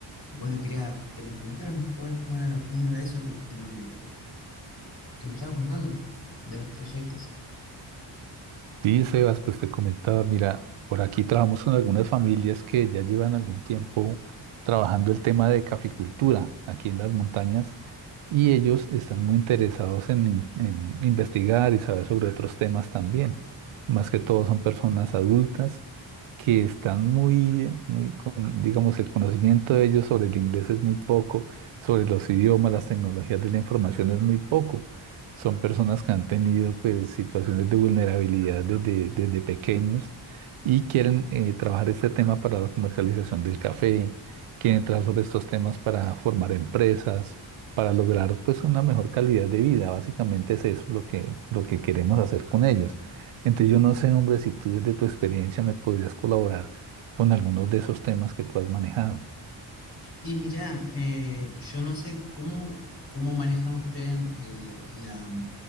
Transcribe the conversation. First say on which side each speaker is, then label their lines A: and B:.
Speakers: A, on the left; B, on the right.
A: y bueno, quería que me comentaras un poco a ver cómo era, cómo era eso que, en lo que, que me estaba contando de los proyectos.
B: Sí, Sebas, pues te comentaba, mira, por aquí trabajamos con algunas familias que ya llevan algún tiempo trabajando el tema de caficultura aquí en las montañas y ellos están muy interesados en, in- en investigar y saber sobre otros temas también. Más que todo son personas adultas que están muy, muy con, digamos, el conocimiento de ellos sobre el inglés es muy poco, sobre los idiomas, las tecnologías de la información es muy poco. son personas que han tenido pues situaciones de vulnerabilidad desde, desde pequeños y quieren eh, trabajar este tema para la comercialización del café, quieren trabajar sobre estos temas para formar empresas, para lograr pues una mejor calidad de vida. Básicamente es eso lo que, lo que queremos hacer con ellos. Entonces yo no sé, hombre, si tú desde tu experiencia me podrías colaborar con algunos de esos temas que tú has manejado.
A: Y mirá, eh, yo no sé cómo, cómo manejan ustedes el- la,